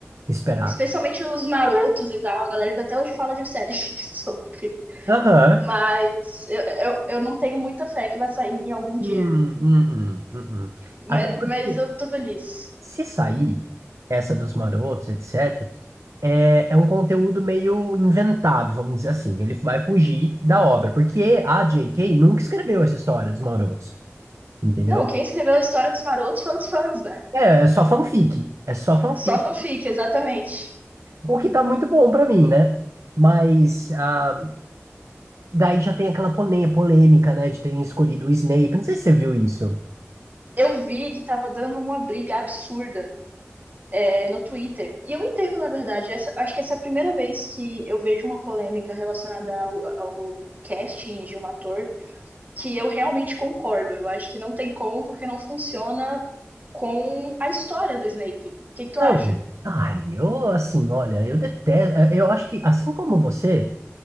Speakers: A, on the right; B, on the right.
A: Esperar.
B: Especialmente os marotos e tal. A galera até hoje fala de série <laughs> sobre.
A: Aham.
B: Mas eu, eu, eu não tenho muita fé que vai sair em algum dia.
A: Hum, hum, hum, hum, hum.
B: Mas,
A: Até porque,
B: mas eu tô feliz.
A: se sair essa dos marotos, etc., é, é um conteúdo meio inventado, vamos dizer assim. Ele vai fugir da obra, porque a J.K. nunca escreveu essa história dos marotos, entendeu?
B: Não, quem escreveu a história dos marotos foram os fãs, né?
A: É, é só fanfic. É só fanfic.
B: Só fanfic, exatamente.
A: O que tá muito bom pra mim, né? Mas ah, daí já tem aquela pone- polêmica, né, de terem escolhido o Snape. Não sei se você viu isso.
B: eu vi que tava dando uma briga absurda é, no Twitter. E eu entendo, na verdade. Essa, acho que essa é a primeira vez que eu vejo uma polêmica relacionada ao, ao casting de um ator que eu realmente concordo. Eu acho que não tem como, porque não funciona com a história do Snape. O que, que tu acha?
A: Não, ai, eu assim, olha, eu detesto. eh, Eu acho que, assim como você,